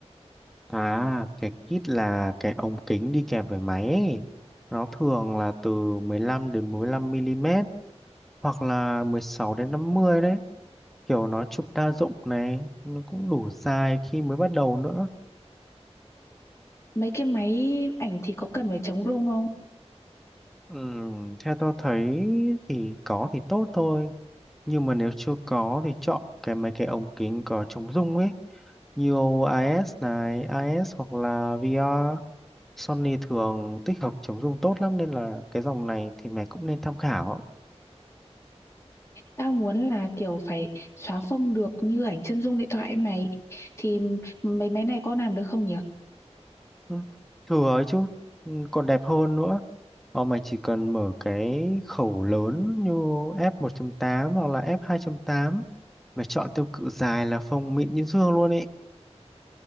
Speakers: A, in the centre; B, on the left.
A: À, cái kit là cái ống kính đi kèm với máy ấy. Nó thường là từ 15 đến 15 mm hoặc là 16 đến 50 đấy. Kiểu nó chụp đa dụng này, nó cũng đủ dài khi mới bắt đầu nữa.
B: mấy cái máy ảnh thì có cần phải chống rung không
A: Ừm, theo tôi thấy thì có thì tốt thôi. Nhưng mà nếu chưa có thì chọn cái mấy cái ống kính có chống rung ấy. Như IS này, IS hoặc là VR. Sony thường tích hợp chống rung tốt lắm nên là cái dòng này thì mày cũng nên tham khảo.
B: Tao muốn là kiểu phải xóa phông được như ảnh chân dung điện thoại ấy mày thì mấy máy này có làm được không nhỉ?
A: Ừ, thừa ấy chứ ừ, còn đẹp hơn nữa mà mày chỉ cần mở cái khẩu lớn như F1.8 hoặc là F2.8 mày chọn tiêu cự dài là phông mịn như dương luôn ấy